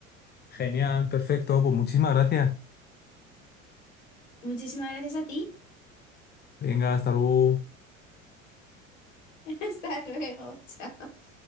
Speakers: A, on the left (about 25°); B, on the left (about 65°).
A: Genial, perfecto. Pues muchísimas gracias.
B: Muchísimas gracias a ti.
A: Venga, hasta luego.
B: <laughs> Hasta luego, chao.